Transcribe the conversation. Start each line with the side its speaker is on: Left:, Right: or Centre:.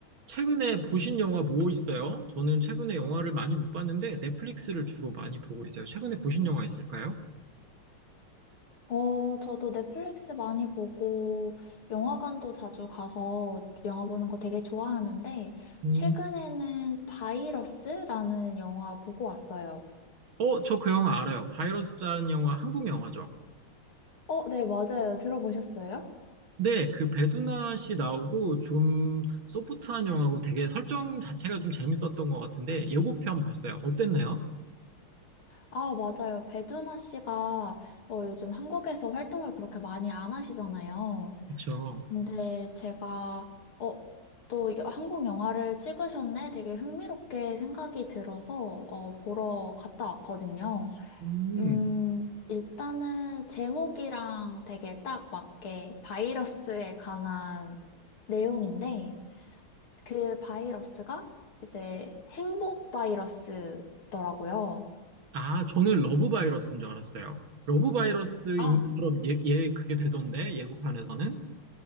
Right: 최근에 보신 영화 뭐 있어요? 저는 최근에 영화를 많이 못 봤는데 넷플릭스를 주로 많이 보고 있어요. 최근에 보신 영화 있을까요?
Left: 어, 저도 넷플릭스 많이 보고 영화관도 자주 가서 영화 보는 거 되게 좋아하는데
Right: 음,
Left: 최근에는 바이러스라는 영화 보고 왔어요.
Right: 어, 저 그 영화 알아요. 바이러스라는 영화, 한국 영화죠.
Left: 어, 네, 맞아요. 들어보셨어요?
Right: 네, 그 배두나 씨 나오고 좀 소프트한 영화고 되게 설정 자체가 좀 재밌었던 것 같은데 예고편 봤어요. 어땠나요?
Left: 아, 맞아요. 배두나 씨가 어, 요즘 한국에서 활동을 그렇게 많이 안 하시잖아요.
Right: 그쵸.
Left: 근데 제가 어, 또 여- 한국 영화를 찍으셨네? 되게 흥미롭게 생각이 들어서 어, 보러 갔다 왔거든요.
Right: 음,
Left: 음, 일단은 제목이랑 되게 딱 맞게 바이러스에 관한 내용인데, 그 바이러스가 이제 행복 바이러스더라고요.
Right: 아, 저는 러브 바이러스인 줄 알았어요. 러브 바이러스인
Left: 아,
Right: 것처럼 예, 예, 그게 되던데 예고편에서는.